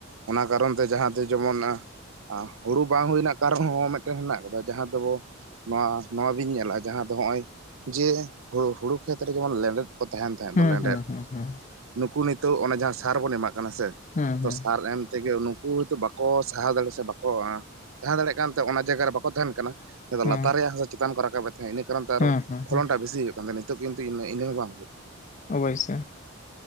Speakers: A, on the right; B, on the left.
A: ᱚᱱᱟ ᱠᱟᱨᱚᱱ ᱛᱮ ᱡᱟᱦᱟᱸ ᱫᱚ ᱡᱮᱢᱚᱱ ᱟᱸ ᱟᱸ ᱦᱩᱲᱩ ᱵᱟᱝ ᱦᱩᱭ ᱨᱮᱱᱟᱜ ᱠᱟᱨᱚᱱ ᱦᱚᱸ ᱢᱤᱫᱴᱮᱱ ᱢᱮᱱᱟᱜᱮ ᱟᱠᱟᱫᱟ ᱡᱟᱦᱟᱸ ᱫᱚᱵᱚ ᱱᱚᱣᱟ ᱱᱚᱣᱟ ᱵᱤᱧ ᱧᱮᱞᱟ ᱡᱟᱦᱟᱸ ᱫᱚ ᱦᱚᱸᱜᱼᱚᱭ ᱡᱮ ᱦᱩᱲᱩ ᱦᱩᱲᱳ ᱠᱷᱮᱛᱨᱮ ᱡᱮᱢᱚᱱ ᱞᱮᱸᱰᱮᱫ ᱠᱚ ᱛᱟᱦᱮᱱ ᱛᱟᱦᱮᱸᱫ
B: ᱦᱩᱸ
A: ᱫᱚ ᱞᱮᱸᱰᱮᱛ
B: ᱦᱩᱸ ᱦᱩᱸ ᱦᱩᱸ
A: ᱱᱩᱠᱩ ᱱᱤᱛᱚᱜ ᱚᱱᱮ ᱡᱟᱦᱟᱸ ᱥᱟᱨ ᱵᱚᱱ ᱮᱢᱟᱜ ᱠᱟᱱᱟ ᱥᱮ᱾
B: ᱦᱩᱸ
A: ᱛᱚ
B: ᱦᱩᱸ
A: ᱥᱟᱨ ᱮᱢ ᱛᱮᱜᱮ ᱩᱱᱠ ᱠᱩ ᱦ ᱦᱚᱭᱛᱳ ᱵᱟᱠᱚ ᱥᱟᱦᱟᱣ ᱫᱟᱲᱮ ᱥᱮ ᱵᱟᱠᱚ ᱮᱸ ᱛᱟᱦᱮᱸ ᱫᱟᱲᱮᱜ ᱠᱟᱱᱛᱮ ᱚᱱᱟ ᱡᱟᱭᱜᱟ ᱨᱮ ᱵᱟᱠᱚ ᱛᱟᱦᱮᱱ ᱠᱟᱱᱟ᱾
B: ᱦᱩᱸ
A: ᱞᱟᱛᱟᱨ ᱨᱮᱭᱟᱜ ᱦᱟᱥᱟ ᱪᱮᱛᱟᱱ ᱠᱚ ᱨᱟᱠᱟᱵᱮᱫ ᱛᱟᱦᱮᱸᱜ ᱤᱱᱟᱹ ᱠᱟᱨᱚᱱ ᱛᱮ ᱟᱨᱚ
B: ᱦᱩᱸ ᱦᱩᱸ
A: ᱯᱷᱚᱞᱚᱱ
B: ᱦᱩᱸ
A: ᱴᱟᱜ ᱵᱮᱥᱤ ᱦᱩᱭᱩᱜ ᱱᱤᱛᱚᱜ ᱠᱤᱱᱛᱩ ᱤᱱᱟᱹ ᱤᱱᱟᱹ ᱦᱚᱸ ᱵᱟᱝ᱾
B: ᱚᱵᱚᱥᱳᱭ